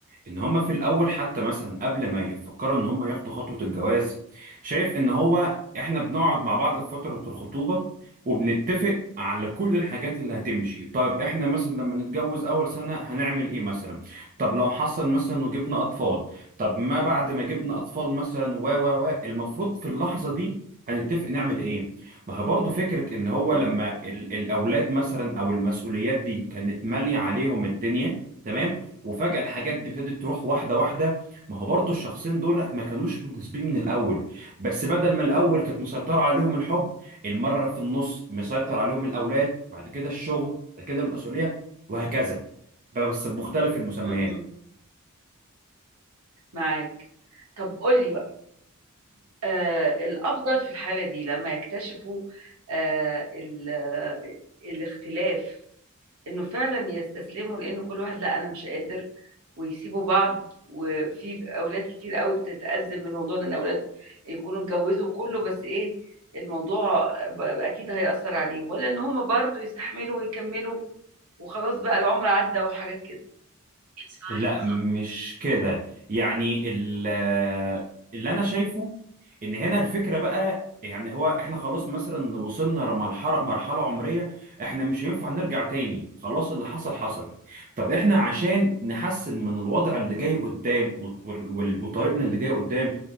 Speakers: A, on the right; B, on the right.
A: ان هم في الاول حتى مثلا قبل ما يفكروا ان هم ياخدوا خطوة الجواز شايف ان هو احنا بنقعد مع بعض في فترة الخطوبة وبنتفق على كل الحاجات اللي هتمشي طيب احنا مثلا لما نتجوز اول سنة هنعمل ايه مثلا طب لو حصل مثلا وجبنا اطفال طب ما بعد ما جبنا اطفال مثلا و و و المفروض في اللحظة دي هنتفق نعمل ايه ما هو برضه فكرة ان هو
B: إمم،
A: لما ال- الاولاد مثلا او المسؤوليات دي كانت مالية عليهم الدنيا تمام وفجأة الحاجات دي ابتدت تروح واحدة واحدة ما هو برضو الشخصين دول ما كانوش مناسبين من الأول بس بدل ما الأول كانت مسيطرة عليهم الحب المرة في النص مسيطر عليهم الأولاد بعد كده الشغل بعد كده المسؤولية وهكذا بس بمختلف المسميات
B: إمم، إمم، معاك. طَب قُل لي بقى آآ الأفضل في الحالة دي لمّا يكتشفوا آآ ال الاختلاف إنه فعلًا يستسلموا، لإن كل واحد لأ أنا مش قادر، ويسيبوا بعض، وفي أولاد كتير أوي بتتأزم من موضوع إن الأولاد يكونوا اتجوزوا وكله، بس إيه الموضوع ب أكيد هيأثّر عليهم، والّا إن هُم برضه يستحملوا ويكمّلوا وخلاص بقى العُمر عدّى وحاجات كده. It's 5:00.
A: لا مش كده يعني ال- اللي انا شايفه ان هنا الفكره بقى يعني هو احنا خلاص مثلا وصلنا مرحله مرحله عمريه احنا مش هينفع نرجع تاني خلاص اللي حصل حصل طب احنا عشان نحسن من الوضع اللي جاي قدام و- و- وطريقنا اللي جاي قدام